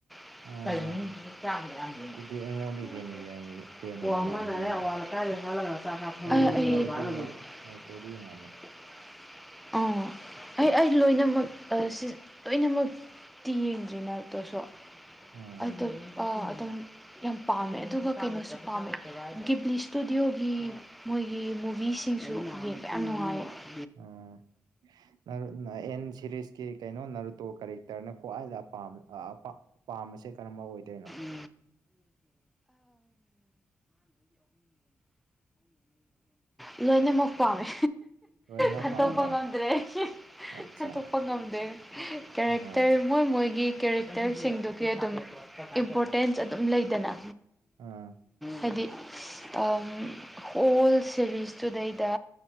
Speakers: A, in the centre; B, on the right.
A: <unintelligible>
B: ꯑꯣ ꯑꯗꯨꯗꯤ ꯑꯩꯉꯣꯟꯗꯩ ꯍꯦꯟꯅ
A: ꯑꯥ
B: ꯌꯦꯡꯉꯤ ꯍꯦꯟꯅ ꯌꯦꯡꯉꯝꯃꯅꯤ ꯅꯪ
A: ꯑꯩ
B: ꯑꯩ ꯅꯥꯔꯨꯇꯣ ꯅꯥꯔꯨꯇꯣꯗꯤ ꯌꯦꯡꯉꯝꯃꯦ
A: ꯑꯣ ꯑꯩ ꯑꯩ ꯂꯣꯏꯅꯃꯛ ꯑꯥ ꯁꯤ ꯂꯣꯏꯅꯃꯛ ꯇꯤ ꯌꯦꯡꯗ꯭ꯔꯤꯅ ꯇꯣꯁꯣ
B: ꯑꯥ
A: ꯑꯇꯨꯞꯄ ꯑꯗꯨꯝ ꯌꯥꯝ ꯄꯥꯝꯃꯦ ꯑꯗꯨꯒ ꯀꯩꯅꯣꯁꯨ ꯄꯥꯝꯃꯦ ꯒꯦꯕꯂꯤ ꯁꯇꯨꯗꯤꯑꯣꯒꯤ ꯃꯣꯏꯒꯤ ꯃꯨꯚꯤꯁꯤꯡꯁꯨ ꯌꯦꯡꯕ ꯌꯥꯝ ꯅꯨꯡꯉꯥꯏꯌꯦ
B: ꯑꯣ ꯅꯔꯨꯅꯥ ꯑꯦꯟ ꯁꯦꯔꯤꯁꯀꯤ ꯀꯩꯅꯣ ꯅꯔꯨꯇꯣ ꯀꯔꯤ ꯇꯔꯅ ꯀ꯭ꯋꯥꯏꯂ ꯄꯥꯝ ꯑꯥ ꯄꯥ ꯄꯥꯝꯕꯁꯦ ꯀꯔꯝꯕ ꯑꯣꯏꯗꯣꯏꯅꯣ
A: <inaudible> ꯂꯣꯏꯅꯃꯛ ꯄꯥꯝꯃꯦ
B: ꯂꯣꯏꯅꯃꯛ
A: ꯈꯟꯇꯣꯛꯄ
B: ꯄꯥꯝꯃꯦ
A: ꯉꯝꯗ꯭ꯔꯦ
B: ꯑꯠꯆꯥ
A: ꯈꯟꯇꯣꯛꯄ ꯉꯝꯗ꯭ꯔꯦ ꯀꯦꯔꯦꯛꯇꯔ
B: ꯑꯥ
A: ꯃꯣꯏ ꯃꯣꯏꯒꯤ ꯀꯦꯔꯦꯛꯇꯔꯁꯤꯡꯗꯨꯒꯤ ꯑꯗꯨꯝ ꯏꯝꯄꯣꯔꯇꯦꯟꯁ ꯑꯗꯨꯝ ꯂꯩꯗꯅ
B: ꯑꯥ
A: ꯍꯥꯏꯗꯤ ꯑꯝ ꯑꯣꯜ ꯁꯦꯔꯤꯁꯇꯨꯗꯩꯗ